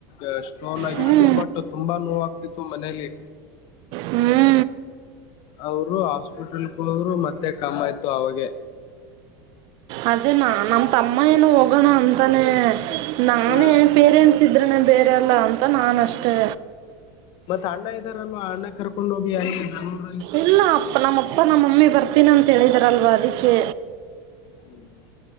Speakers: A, on the left (about 45°); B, on the right (about 45°).
A: ಎಸ್ ಸ್ಟೋನ್ ಆಗಿತ್ತು
B: ಹ್ಞೂ
A: ಬಟ್ ತುಂಬಾ ನೋವು ಆಗ್ತಿತ್ತು ಮನೇಲ್ಲಿ
B: ಹ್ಮ
A: ಅವರು <unintelligible> ಮತ್ತೆ ಕಮ್ಮ್ ಆಯ್ತು ಅವಾಗೆ
B: ಅದೇನಾ ನಮ್ಮ ತಮ್ಮ ಏನು ಹೋಗೋಣ ಅಂತಾನೆ ನಾನೇ
A: ಹ್ಮ್
B: ಪೇರೆಂಟ್ಸ್ ಇದ್ರನೆ ಬೇರೆಲ್ಲಾ ಅಂತ ನಾನಷ್ಟೇ
A: ಮತ್ ಅಣ್ಣ ಇದಾರಲ್ವಾ ಅಣ್ಣ ಕರ್ಕೊಂಡ್ ಹೋಗಿ <unintelligible> ಬೆಂಗಳೂರ್
B: ಇಲ್ಲ ಅಪ್ಪ ನಮ್ಮಪ್ಪ ನಮ್ಮಮ್ಮಿ ಬರ್ತೀನಿ ಅಂತೇಳಿದರಲ್ವಾ ಅದಿಕ್ಕೆ
A: ಹ್ಮ್